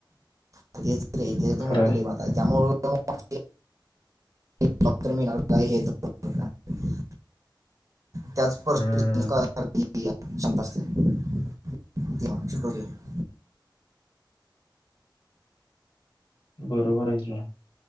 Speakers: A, on the right (about 40°); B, on the left (about 85°).
A: आणि <unintelligible> <unintelligible>
B: खरं आहे.
A: त्याच <unintelligible>
B: हं.
A: <unintelligible>
B: बरोबर आहे की